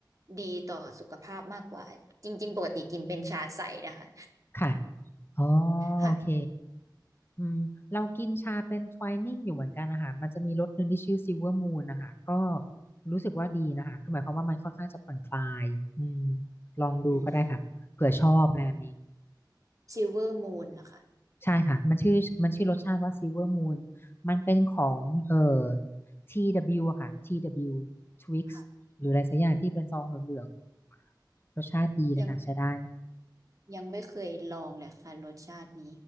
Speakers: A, on the right; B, on the left.
A: ดีต่อสุขภาพมากกว่าจริงๆปกติกินเป็นชาใสนะคะ
B: ค่ะอ๋อ
A: ค่ะ
B: โอเค อืมเรากินชาเป็นท w ายนิ่งอยู่เหมือนกันนะคะมันจะมีรสหนึ่งที่ชื่อซิลเวอร์มูนนะคะก็รู้สึกว่าดีนะคะคือหมายความว่ามันค่อนข้างจะผ่อนคลายอืมลองดูก็ได้ค่ะเผื่อชอบอะไรแบบนี้
A: อืม ซิลเวอร์มูนเหรอคะ
B: ใช่ค่ะมันชื่อมันชื่อรสชาติว่าซิลเวอร์มูนมันเป็นของเอ่อ
A: อืม
B: TW อะค่ะ TW Twix
A: ค่ะ
B: หรืออะไรสักอย่างที่เป็นซองเหลืองๆรสชาติดีนะคะใช้ได้
A: ยังยังไม่เคยลองเลยค่ะรสชาตินี้